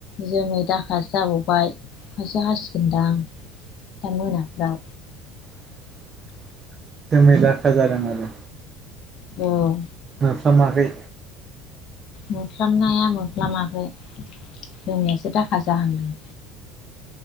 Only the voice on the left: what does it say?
जोमै दाखा जाबावबाय अखासो हासिगोनदां आ दा मोनाफ्राव
औ
मोफ्लामनाया मुफ्लामाखै जोंमैयासो दाखा जाहांदों